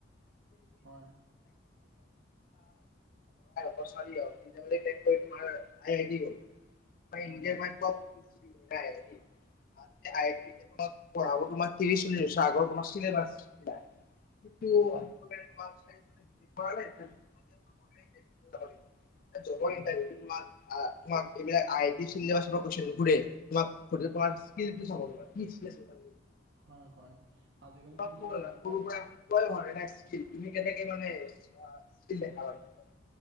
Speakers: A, on the right (about 65°); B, on the left (about 45°).
A: হয়,
B: বা ছোৱালীয়ে হওক কৰি তোমাৰ আই আই তি গল। <unintelligible>
A: হয়, হয়,
B: আগৰ তোমাৰ তিৰি চলি হৈছে আগৰ তোমাৰ চিলাবাছ বিলাক <unintelligible> <inaudible>
A: হয়,
B: জবৰ ইণ্টাৰভিউটো তোমাক আ তোমাক এইবিলাক আই চিল্লেবাছৰ পৰা
A: হয়,
B: কুৱেচন নোসোধে। তোমাক সোধে তোমাৰ স্কিলটো চাব তোমাৰ কি স্কিল আছে।
A: হয়, হয়। আজি-কালি
B: তোমাক
A: তোমাৰ
B: সৰুৰ <inaudible> স্কিল তুমি কেনেকে মানে আ স্কিল দেখাবা। সিহঁতক।